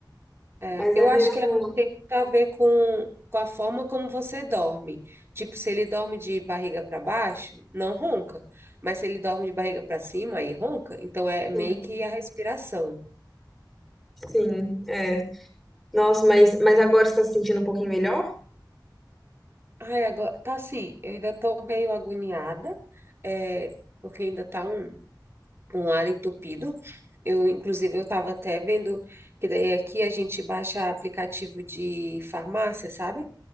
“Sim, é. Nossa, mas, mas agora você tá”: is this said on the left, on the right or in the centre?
Centre